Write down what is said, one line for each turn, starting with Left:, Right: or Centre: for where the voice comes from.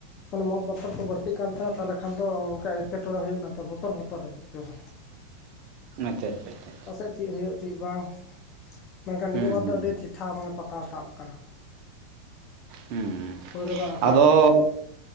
Left: ᱢᱟᱱᱮ ᱢᱚᱛ ᱢᱟᱛᱟᱞ ᱠᱚ ᱵᱟᱹᱲᱛᱤ ᱠᱟᱱ ᱛᱮ ᱛᱟᱦᱚᱞᱮ ᱠᱷᱟᱱ ᱫᱚ ᱚᱱᱠᱟ ᱮᱴᱠᱮ ᱴᱚᱬᱮ ᱦᱩᱭᱩᱜ ᱠᱟᱱ ᱛᱟᱦᱮᱸᱱᱟ ᱵᱚᱛᱚᱨ ᱵᱚᱛᱚᱨ <unintelligible> ᱪᱚᱝ
Right: ᱟᱪᱪᱷᱟ ᱟᱪᱷᱟ ᱟᱪᱷᱟ
Left: ᱯᱟᱥᱮᱡ ᱪᱮᱫ ᱦᱩᱭᱩᱜ ᱪᱮᱫ ᱵᱟᱝ ᱢᱮᱱᱠᱷᱟᱱ
Right: ᱦᱩᱸ
Left: ᱱᱤᱭᱟᱹ ᱵᱟᱨ
Right: ᱦᱩᱸ
Left: ᱫᱚ ᱟᱹᱰᱤ ᱪᱮᱴᱷᱟ ᱢᱟᱱᱮ ᱯᱟᱛᱟ ᱛᱟᱵ ᱟᱠᱟᱱᱟ᱾
Right: ᱦᱮᱸ
Left: ᱯᱟᱹᱣᱨᱟᱹ ᱵᱟᱝ ᱟᱹᱠᱷᱨᱤᱧ
Right: ᱟᱫᱚ
Left: ᱠᱷᱟᱹᱛᱤᱨ ᱛᱮ